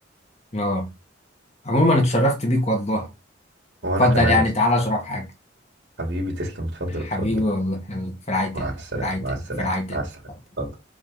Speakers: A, on the left; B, on the right.
A: اه عموما اتشرفت بيك والله
B: وانا
A: اتفضل
B: كمان
A: يعني
B: يا استاذ
A: تعالى اشرب حاجه
B: حبيبي تسلم اتفضل
A: حبيبي
B: اتفضل
A: والله يلا، في رعايه
B: مع
A: الله
B: السلامه
A: في رعايه
B: مع
A: الله
B: السلامه
A: في رعايه الله
B: مع السلامه اتفضل.